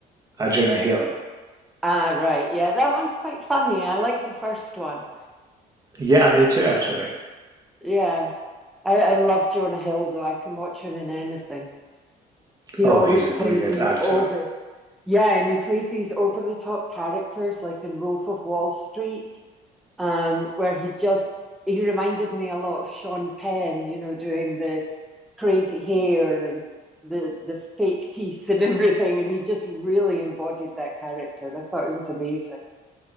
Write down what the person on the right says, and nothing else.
uh, Jonah Hill.
Yeah, me too, actually.
Oh,
he's a brilliant
actor.